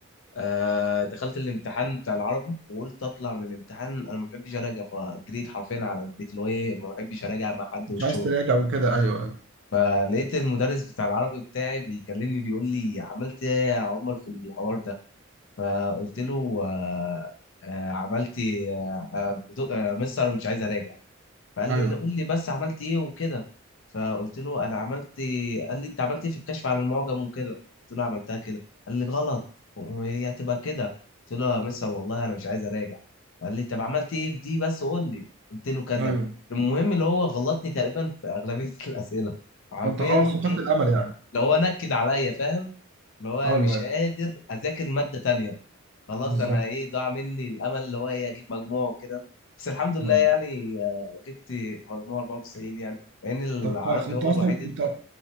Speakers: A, on the left; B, on the right.
A: آه دخلت الامتحان بتاع العربي وقلت اطلع من الامتحان انا ما بحبش اراجع فجريت حرفيا على البيت اللي هو ايه ما بحبش اراجع مع حد
B: مش
A: والشغل
B: عايز تراجع
A: ده.
B: وكده ايوه ايوه
A: فلقيت المدرس بتاع العربي بتاعي بيكلمني بيقول لي عملت ايه يا عمر في الحوار ده فقلت له آه آه عملت إيه؟ آه آه بدو- آه، مستر أنا مش عايز اراجع فقال
B: ايوه
A: لي قول لي بس عملت ايه وكده فقلت له انا عملت قال لي انت عملت ايه في الكشف عن المعجم وكده قلت له عملتها كده قال لي غلط وهي هتبقى كده قلت له يا مستر والله انا مش عايز اراجع قال لي طب عملت ايه في دي بس قول لي قلت له كذا
B: ايوه
A: المهم اللي هو غلطني تقريبا في اغلبيه <laughs> الاسئله حرفيا
B: فانت خلاص فقدت
A: ايه
B: الامل يعني
A: اللي هو نكد عليا فاهم اللي هو
B: ايوه
A: مش
B: ايوه
A: قادر اذاكر ماده تانية خلاص
B: بالظبط
A: انا ايه ضاع مني الامل اللي هو ايه اجيب مجموع وكده بس الحمد لله
B: ايوه
A: يعني آه، جبت مجموع 94 يعني مع ان العربي
B: طب كويس انت
A: هو
B: اصلا
A: الوحيد
B: انت